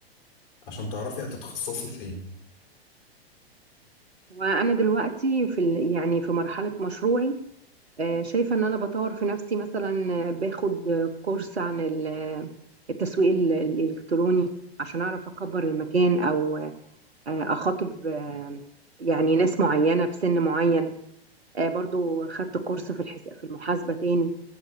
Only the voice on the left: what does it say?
عشان تعرفي هتتخصصي في إيه